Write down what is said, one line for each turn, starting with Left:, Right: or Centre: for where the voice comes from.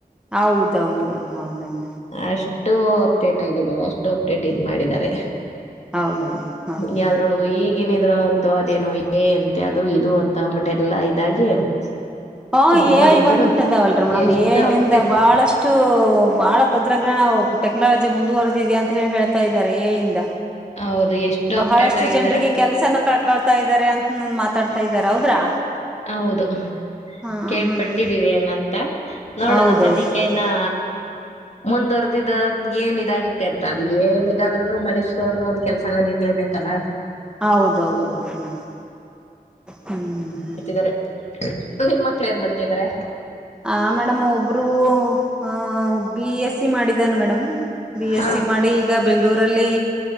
Centre: ಹೌದೌದು ಮೇಡಮ್ ಹೌದ ಮೇಡಮ್
Left: ಅಷ್ಟು ಅಪ್ಡೇಟ್ ಆಗಿದ್ದಾವ ಅಷ್ಟ ಟೋಪ್ಟ್ ಇದ್ ಮಾಡಿದ್ದಾರೆ
Centre: ಹೌದು ಮೇಡಮ್ ಹೌದು
Left: ಇದ್ರೊಳಗು ಈಗಿನ ಇದ್ರೋಳ ಅಂತು ಅದೇನೋ ಏ ಅಂತೆ ಅದು ಇದು ಅಂತ ಅಂದ್ಬಿಟ್ಟೆ ಎಲ್ಲ ಇದಾಗಿ <unintelligible>
Centre: ಹಾ
Left: ಮಕ್ಳಗಂತೂ
Centre: ಏಯ್ ಐ ಬಂದ್ಬಿಟ್ಟದಾವಲ್ರರಿ ಮೇಡಮ್
Left: ಎಷ್ಟು
Centre: ಏಯ್
Left: ಅಪ್ಡೇ
Centre: ಐ ಇಂದ ಬಹಳಷ್ಟು ಅಷ್ಟು ಬಹಳ ತಂತ್ರಜ್ಞಾನ ಟೆಕ್ನಾಲಜಿ ಮುಂದುವರೆದಿದೆ ಅಂತ ಹೇಳಿ ಹೇಳ್ತಾ ಇದ್ದಾರೆ ಏಯಿಂದ
Left: ಹೌದು ಎಷ್ಟು
Centre: ಬಹಳಷ್ಟು
Left: ಅಪ್ಡೇಟ್ ಆಗಿದ್ದಾರೆ
Centre: ಜನರಿಗೆ ಕೆಲ್ಸನ ಕಳ್ಕೊಳ್ತಾ ಇದ್ದಾರೆ ಅಂತ ಮಾತಾಡ್ತಾ ಇದಾರೆ ಹೌದ್ರಾ
Left: ಹೌದು
Centre: ಹಾ
Left: ಕೇಳ್ಪಟ್ಟಿದ್ದೀವಿ
Centre: ಹಾ ಹಾ
Left: ಹೆಂಗಂತ ನೋಡೋಣ
Centre: ಹೌದೌದೌದು
Left: ಸದ್ಯಕ್ಕೆ ನಾ ಮುಂದ್ವರ್ದ ಇದ ಏನ್ ಇದಾಗುತ್ತೆ ಅಂತ ಅದು ಏನ್ ಇದಾದ್ರು ಮನುಷ್ಯರದು ಒಂದ ಕೆಲ್ಸ ಅನ್ನೋದ ಇದ್ರೇನೆ ಲ <unintelligible>
Centre: ಹೌದೌದು <unintelligible> ಹ್ಮ್ ಹ್ಮ್
Left: <unintelligible> ನಿಮ ಮಕ್ಳು ಏನ್ ಮಾಡ್ತಿದ್ದಾರೆ?
Centre: ಆ ಮೇಡಮ್ ಒಬ್ಬರು ಆ ಬಿ ಎಸ್ ಸಿ ಮಾಡಿದಾನ ಮೇಡಮ್ ಬಿ
Left: ಹಾ
Centre: ಎಸ್ ಸಿ ಮಾಡಿ ಈಗ ಬೆಂಗಳೂರಲ್ಲಿ